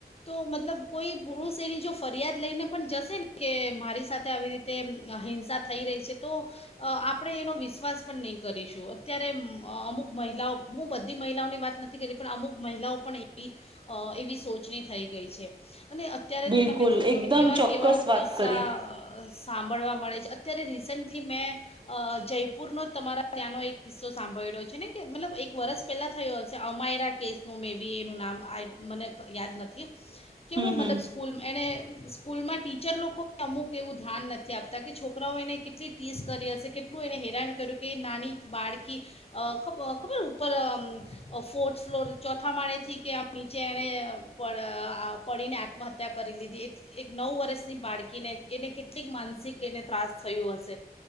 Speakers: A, on the left; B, on the right.
A: તો મતલબ કોઈ પુરુષ એની જો ફરિયાદ લઈને પણ જશે ને કે મારી સાથે આવી રીતે અહ હિંસા થઈ રહી છે તો અહ આપડે એનો વિશ્વાસ પણ નહી કરીશું અત્યારે અહ અમુક મહિલાઓ હું બધી મહિલાઓની વાત નથ થી કરી પણ અમુક મહિલાઓ પણ એવી અહ એવી સોચની થઈ ગઈ છે અને અ અત્યારે
B: બિલકુલ
A: તો તમે જોશો
B: એકદમ
A: ને કેવા
B: ચોક્કસ
A: કેવાઓ
B: વાત
A: કિસ્સા
B: કરી
A: સાંભળવા મળે છે અત્યારે રિસેન્ટલી મેં અહ જયપુર નો તમારા ત્યાંનો એક કિસ્સો સાંભળ્યો છે ને કે મતલબ એક વર્ષ પેલા થયો હશે અમાયરા કેસનું મે બી એનું નામ આ મને યાદ નથી. કેવું
B: હમ
A: મતલબ
B: હમ
A: સ્કૂલ એને સ્કૂલમાં ટીચર લોકો અમુક એવું ધ્યાન નથી આપતા કે છોકરાઓ એને કે ટલી ટીસ કરી હશે કેટલું એને હેરાન કર્યું કે એ નાની બાળકી અહ ખબ-ખબર ઉપર અમ્મ ફોર્થ ફ્લોર ચોથા માળે થી કે આ નીચે એવે અહ પડ અહ પડીને આત્મહત્યા કરી લીધી એ એક નવ વર્ષની બાળકીને એને કેટલીક માનસિક એને ત્રાસ થયો હશે.